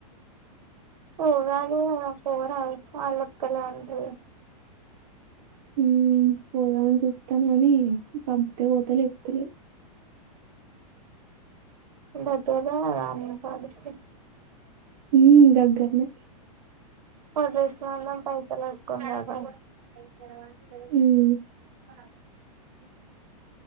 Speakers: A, on the right; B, on the right.
A: ఉగాది కదా పోరాదు ఆలోకళ్ళే ఉంటరు
B: మ్మ్ పోదమని చూత్తన్న గని పంపితె పోత లేకపోతె లెద్
A: ఉండొత్తర రాని <unintelligible>
B: మ్మ్ దగ్గరనే
A: పదేశన అన్నం పైసలు అడుకొని రాదా
B: ఊ